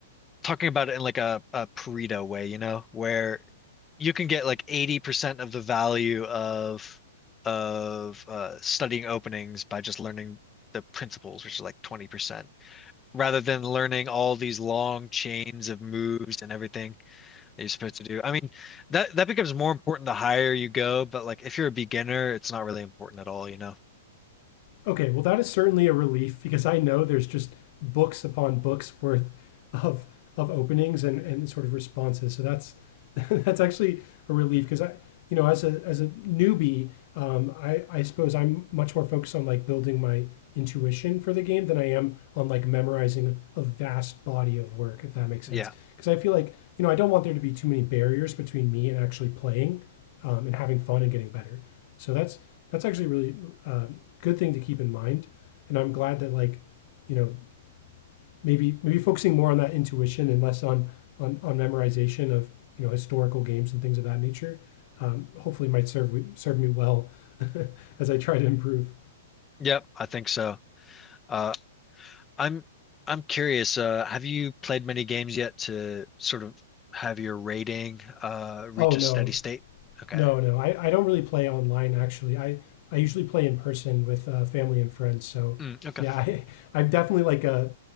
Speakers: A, on the left (about 15°); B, on the left (about 45°).
A: talking about it in like a, a Pareto way, you know, where you can get like 80% of the value of of uh studying openings by just learning the principles, which is like 20 rather than learning all these long chains of moves and everything that you're supposed to do. I mean, that that becomes more important the higher you go, but like if you're a beginner, it's not really important at all, you know?
B: Okay, well, that is certainly a relief because I know there's just books upon books worth of of openings and, and sort of responses. So that's <laughs> that's actually a relief because I, you know, as a as a newbie, um, I I suppose I'm much more focused on like building my intuition for the game than I am on like memorizing a vast body of work. If that makes
A: Yeah.
B: sense, because I feel like you know I don't want there to be too many barriers between me and actually playing um, and having fun and getting better. So that's that's actually really uh, good thing to keep in mind. And I'm glad that like, you know, maybe maybe focusing more on that intuition and less on on, on memorization of you know historical games and things of that nature. Um, hopefully, might serve serve me well as I try to improve.
A: Yep, I think so. Uh, I'm I'm curious, uh, have you played many games yet to sort of have your rating uh reach
B: Oh no,
A: a steady state? Okay.
B: No, no, I, I don't really play online actually. I, I usually play in person with uh, family and friends. So
A: Mm, okay.
B: yeah, <laughs> I, I'm definitely like a,